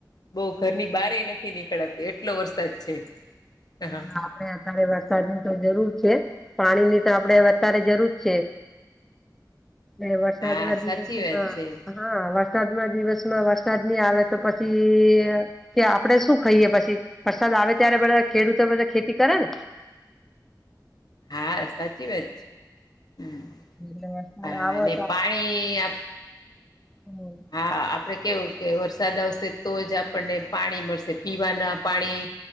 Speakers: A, on the left (about 60°); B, in the centre.
A: બહુ ઘરની બાર ય નથી નીકળાતું એટલો વરસાદ છે. હા
B: હ આપ. <inaudible> આપણે વરસાદ ની તો જરૂર છે. પાણી ની તો આપણે વધારે જરૂર છે. એ વરસાદ
A: હા
B: ના દિવસમાં.
A: સાચી વાત છે
B: હા વરસાદમાં દિવસમાં વરસાદ નહી આવે તો પછી! કે આપડે શું ખાઈએ પછી? વરસાદ આવે ત્યારે બધા ખેડૂતો બધા ખેતી કરે ને
A: હા સાચી વાત છે. હમ
B: એટલે વરસાદ
A: હા
B: આવો
A: અને પાણી
B: હમ.
A: હા આપણે કેવું કે વરસાદ આવશે તો જ આપણને પાણી મળશે. પીવાના પાણી!